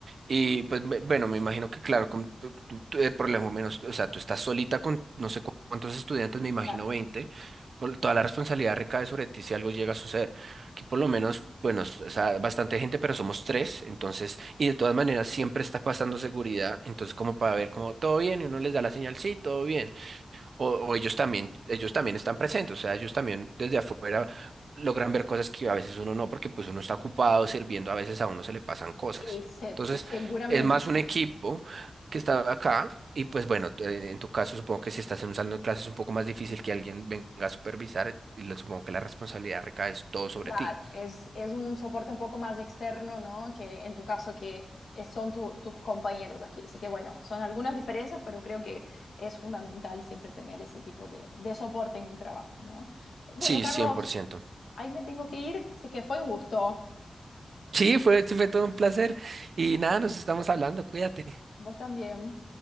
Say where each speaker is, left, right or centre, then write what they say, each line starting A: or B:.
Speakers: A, on the right; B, on the left.
A: Y pues bu- bueno, me imagino que claro, con, tú- tú- eh, por lo menos, o sea, tú estás solita con no sé cu- cuántos estudiantes, me imagino
B: Claro.
A: veinte por- toda la responsabilidad recae sobre ti si algo llega a suceder. Aquí por lo menos, bueno, s- o sea, bastante gente, pero somos tres, entonces, y de todas maneras siempre está pasando seguridad, entonces como para ver como todo bien y uno les da la señal, sí, todo bien. O, o ellos también, ellos también están presentes, o sea, ellos también desde afuera logran ver cosas que a veces uno no, porque pues uno está ocupado sirviendo, a veces a uno se le pasan cosas.
B: Exacto,
A: Entonces,
B: seguramente.
A: es más
B: ¿no?
A: un equipo que está acá y pues bueno, eh, en tu caso supongo que si estás en un salón de clases es un poco más difícil que alguien venga a supervisar y le- supongo que la responsabilidad recae es todo sobre
B: Claro,
A: ti.
B: es, es un soporte un poco más externo, ¿no? Que en tu caso que es- son tu- tus compañeros aquí. Así que bueno, son algunas diferencias, pero creo que es fundamental siempre tener ese tipo de, de soporte en el trabajo, ¿no? Bueno,
A: Sí,
B: Carlos,
A: cien por ciento
B: ahí me tengo que ir, así que fue un gusto.
A: Sí, fue, fue todo un placer y nada, nos estamos hablando, cuídate.
B: Vos también.